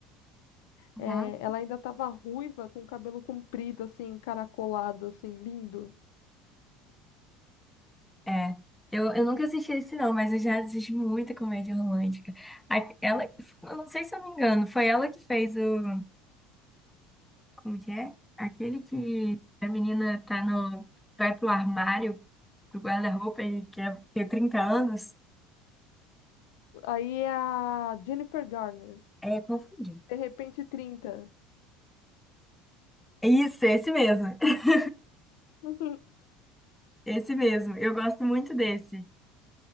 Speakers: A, in the centre; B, on the left.
A: Uhum.
B: É, ela ainda estava ruiva, com o cabelo comprido, assim, caracolado, assim, lindo.
A: É. Eu, eu nunca assisti esse, não, mas eu já assisti muita comédia romântica. A- Ela, eu não sei se eu me engano, foi ela que fez o. Como que é? Aquele que a menina tá no. Vai pro armário. do guarda-roupa e quer ter 30 anos,
B: Aí é a Jennifer Garner,
A: é confundido.
B: de repente 30.
A: Isso, esse mesmo. <laughs>
B: <laughs>
A: Esse mesmo. Eu gosto muito desse.